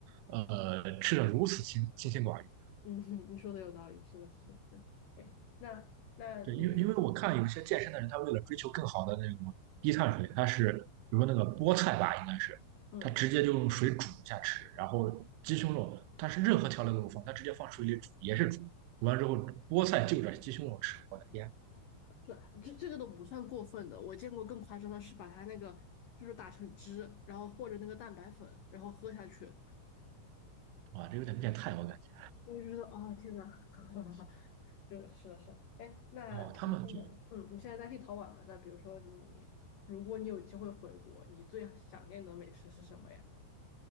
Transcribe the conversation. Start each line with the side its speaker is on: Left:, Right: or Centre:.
Right: 呃吃的如此清清心寡欲？
Left: 嗯，<laughs> 你说的有道理，是的，是的，对。哎，那那你。
Right: 对，因为因为我看有些健身的人，他为了追求更好的那种低碳水，他是比如说那个菠菜吧，应该是他直接就用水煮一下吃，
Left: 嗯，
Right: 然后鸡胸肉，他是任何调料都不放，他直接放水里煮也是煮，煮完之后菠菜就着鸡胸肉吃，我的天
Left: 是这这个都不算过分的。我见过更夸张的是把它那个就是打成汁，然后和着那个蛋白粉，然后喝下去，
Right: 啊，这有点变态，我感觉。
Left: 我就觉得啊，天呐，<laughs> 就是是的是的，哎，那你那个，
Right: 哦，他们就
Left: 嗯，你现在在立陶宛嘛？那比如说你，如果你有机会回国，你最想念的美食是什么呀？